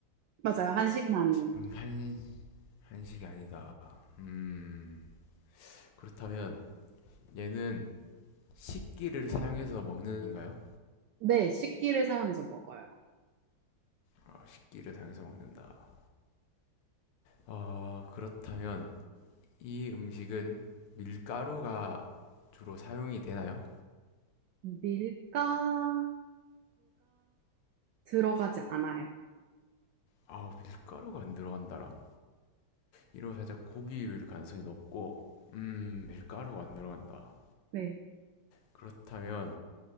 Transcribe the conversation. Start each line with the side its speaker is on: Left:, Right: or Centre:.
Right: 맞아요. 한식은 아니에요.
Left: 음, 한, 한식이 아니다. 음, 그렇다면 얘는 식기를 사용해서 먹는가요?
Right: 네 식기를 사용해서 먹어요.
Left: 아, 식기를 사용해서 먹는다. 어, 그렇다면 이 음식은 밀가루가 주로 사용이 되나요?
Right: 밀가루가 들어가지 않아요.
Left: 아, 밀가루가 안 들어간다라. 이러면 살짝 고기일 가능성이 높고, 음, 밀가루가 안 들어간다.
Right: 네.
Left: 그렇다면